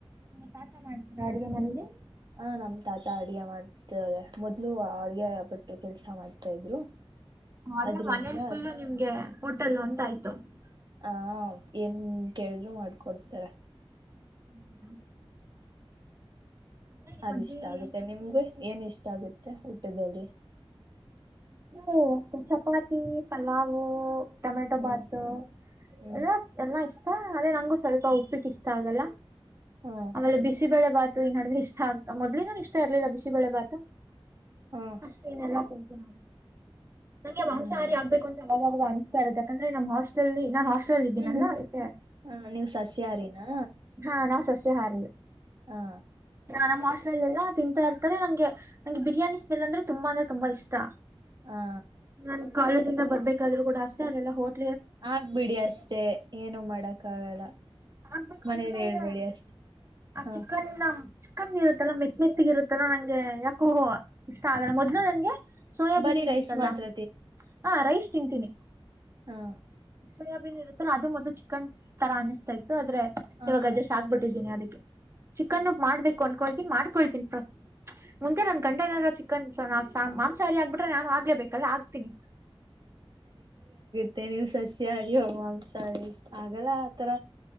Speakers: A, on the right; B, on the right.
A: ನಿಮ್ ತಾತಾ ಮಾಡ್ತ ಗಾಡಿಗೆ ಮನೆಲೀ
B: ಹ ನಮ್ ತಾತ ಅಡ್ಗೆ ಮಾಡ್ತಳೆ ಮೊದ್ಲು ಅಡ್ಗೆ ಆ ಬಟ್ರು ಕೆಲ್ಸ ಮಾಡ್ತಾ ಇದ್ರು.
A: ಅಂದ್ರೆ
B: ಅದ್ರಿಂದ
A: ಮನೇಲಿ ಫುಲ್ಲು ನಿಮ್ಗೆ ಊಟಲ್ಲ ಅಂತ ಆಯ್ತ <unintelligible>
B: ಹ ಏನ್ ಕೇಳ್ರು ಮಾಡ್ಕೊಡ್ತಾರೆ.
A: <unintelligible> ಮತ್ತೆ ನಿಮ್ಮ
B: ಅದ
A: ಅಜ್ಜಿ
B: ಇಷ್ಟ ಆಗುತ್ತೆ
A: ಏನ್ ಮಾಡ್ತಾರೆ
B: ನಿಮ್ಗ ಏನ್ ಇಷ್ಟ ಷ್ಟಗುತ್ತೆ ಊಟದಲ್ಲಿ?
A: ಓ ಚಪಾತಿ ಪಲಾವೂ. ಟೊಮೆಟೊ
B: ಹ್ಮ್
A: ಬಾತ್
B: ಹ್ಮ್
A: ಎಲ್ಲ ಎಲ್ಲ ಇಷ್ಟ ಅದೇ ನಂಗು ಸ್ವಲ್ಪ ಉಪ್ಪಿಟ್ಟ ಇಷ್ಟಾ ಆಗಲ್ಲ.
B: ಹಾ
A: ಆಮೇಲೆ ಬಿಸಿ ಬೆಳೆ ಬಾತ್ ಈ ನಡುವೆ ಇಷ್ಟ ಅಂತ ಮೊದ್ಲೇ ನಾನ ಇಷ್ಟ ಇರಲಿಲ್ಲ ಬಿಸಿ ಬೆಳೆ ಭಾತ
B: ಹಾ
A: ಅಷ್ಟೇ ಇನ್ನೆಲ್ಲಾ ತಿಂತ ಹ ನಂಗೆ ಮಾಂಸಹಾರಿ
B: ಹ್ಮ್
A: ಆಗ್ಬೇಕು ಅಂತ ಅವಾಗ ಅವಾಗ ಅನಸ್ತ್ ಇರುತ್ತೆ ಯಾಕಂದ್ರ ನಮ್ಮ ಹಾಸ್ಟೆಲ್ಲಲ್ಲಿ ಲಲ್ಲಿದಿನಲ್ಲ
B: ಹ್ಮ್
A: ಅದಕೆ
B: ಹ ನೀವು ಸಸ್ಯಾಹಾರಿನಾ
A: ಹಾ ನಾವ್ ಸಸ್ಯ ಹಾರಿ.
B: ಹಾ
A: ನ ನಮ್ಮ ಹಾಸ್ಟೆಲೆಲ್ಲಾ ತಿಂತಾ ಇರ್ತಾರೆ ನಂಗೆ ನಂಗೆ ಬಿರಿಯಾನಿ ಸ್ಮೆಲ್ ಅಂದ್ರೆ ತುಂಬಾ ಅಂದ್ರೆ ತುಂಬಾ ಇಷ್ಟ ತ್ತ.
B: ಹಾ
A: ನನ್ ಕಾಲೇಜ ಬರ್ಬೇಕಾದ್ರೂ ಕೂಡ ಅಷ್ಟೇ ಅಲ್ಲೆಲ್ಲ ಹೋಟೆಲ್
B: ಆಗ್ಬಿಡಿ ಅಷ್ಟೆ ಏನು ಮಾಡಕ್ಕ ಆಗಲ್ಲ.
A: ಆಗ್ಬೇಕು
B: ಮನೇಲಿ
A: ಅನ್ಸುತ್ತೆ ಆದ್ರೆ
B: ಹೇಳ್ಬೇಡಿ ಅಷ್ಟೆ
A: ಆ
B: ಹ
A: ಚಿಕ್ಕೆನ್ ಚಿಕ್ಕನ್ ಇರುತ್ತಲ್ಲ ಮೆತ್ತ ಮೆತ್ತಗಿರುತ್ತಲ್ಲ ನಂಗೆ ಗೆ ಯಾಕೋ ಇಷ್ಟ ಆಗಲ್ಲ ಮೊದ್ಲು ನನ್ಗೆ ಸೋಯಾಬೀನ್
B: ಬರೀ
A: ಇರುತ್ತಲ್ಲ
B: ರೈಸ್ ಮಾತ್ರ
A: ಹ ರೈಸ್ ತಿಂತೀನಿ
B: ಹಾ
A: ಸೋಯಾಬನ್ ಇರುತ್ತಲ್ಲ ಅದು ಮೊದ್ಲು ಚಿಕನ್ ತರ ಆಯ್ತು ಆದ್ರೆ
B: ಹ
A: ಇವಾಗ
B: ಹ
A: ಅಜಷ್ಟ ಆಗ್ಬಿಟ್ಟಿದ್ದೀನಿ ಅದಕ್ಕೆ ಚಿಕನ್ ಮಾಡ್ಬೇಕು ಅನ್ಕೊಳ್ತೀಿನಿ ಮಾಡ್ ಕೋಳ್ತಿ ಮುಂದೆ ನನ್ ಗಂಡ ಏನಾರ ಚಿಕನ್ ಮಾಂಸಾಹಾರಿ ಆಗ್ಬಿಟ್ರೆ ನಾನು ಆಗ್ಲೇಬೇಕಲ್ಲ ಆಗ್ತೀನಿ.
B: ಮತ್ತ ನೀವು ಸಸ್ಯ ಹರಿ ಓಂ ಮಾಂಸಾಹಾರಿ ಸಾರಿ ಆಗಲ್ಲ ಆಥರ